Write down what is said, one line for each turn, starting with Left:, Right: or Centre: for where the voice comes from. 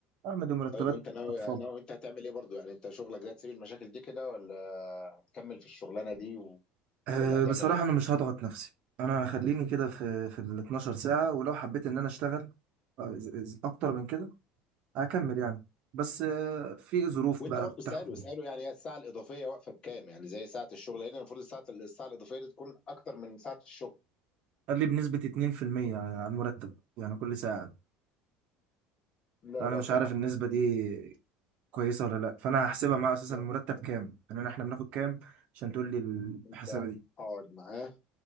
Right: اعمل مرتبات
Left: طيب وانت ناوي
Right: اطفال
Left: ناوي انت هتعمل ايه برضه يعني انت شغلك ده هتسيب المشاكل دي كده ولا هتكمل في الشغلانه دي و...
Right: أه
Left: ولا هتعمل
Right: بصراحه
Left: ايه
Right: انا مش هضغط نفسي انا هخليني كده في في ال 12 ساعه ولو حبيت ان انا اشتغل آه، إز- إز- اكتر من كده هكمل يعني بس آه، في ظروف
Left: وانت
Right: بقى
Left: برضه
Right: بتحكم
Left: ساله ساله يعني هي الساعه الاضافيه واقفه بكام يعني زي ساعه الشغل هنا المفروض الساعه الساعه الاضافيه دي تكون اكتر من ساعه الشغل
Right: قال لي بنسبه 2% على المرتب يعني كل ساعه
Left: لا
Right: انا
Left: لا
Right: مش
Left: طبعا
Right: عارف النسبه دي كويسه ولا لا فانا هحسبها معاه اساسا
Left: يعني
Right: المرتب كام يعني احنا بناخد كام عشان تقول لي
Left: انت
Right: الحسابه دي
Left: اقعد معاه